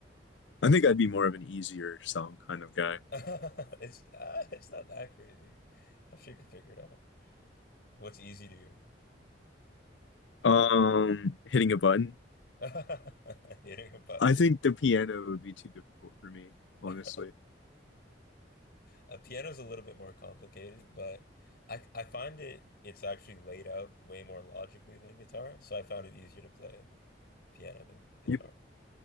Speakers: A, on the left; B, on the left.
A: I think I'd be more of an easier song kind of guy.
B: <laughs> It's uh, it's not that crazy. I'm sure you can figure it out. What's easy to you?
A: Um, hitting a button.
B: <laughs> Hitting a button.
A: I think the piano would be too difficult for me, honestly.
B: <laughs> A piano's a little bit more complicated, but I I find it it's actually laid out way more logically than guitar, so I found it easier to play piano than guitar.
A: You